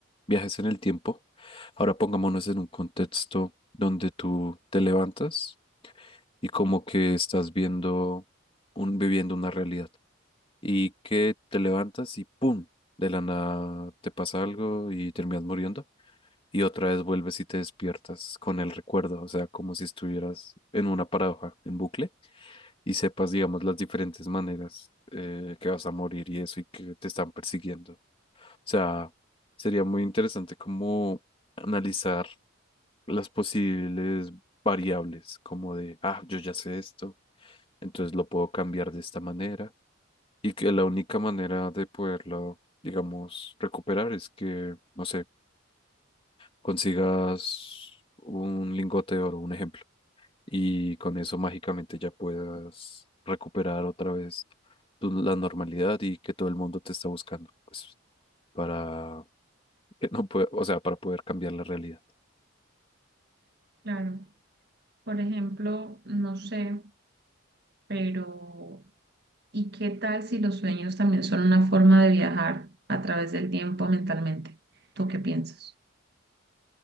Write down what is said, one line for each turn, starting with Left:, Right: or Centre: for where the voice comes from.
Left: viajes en el tiempo, ahora pongámonos en un contexto donde tú te levantas y como que estás viendo un, viviendo una realidad y que te levantas y ¡pum! De la nada te pasa algo y terminas muriendo y otra vez vuelves y te despiertas con el recuerdo, o sea, como si estuvieras en una paradoja, en bucle y sepas, digamos, las diferentes maneras eh, que vas a morir y eso y que te están persiguiendo sea, sería muy interesante como analizar las posibles variables, como de, ah, yo ya sé esto, entonces lo puedo cambiar de esta manera. Y que la única manera de poderlo, digamos, recuperar es que, no sé, consigas un lingote de oro, un ejemplo, y con eso mágicamente ya puedas recuperar otra vez tu- la normalidad y que todo el mundo te está buscando, pues, para que no puede, o sea, para poder cambiar la realidad.
Right: Claro, por ejemplo, no sé, pero ¿y qué tal si los sueños también son una forma de viajar a través del tiempo mentalmente? ¿Tú qué piensas?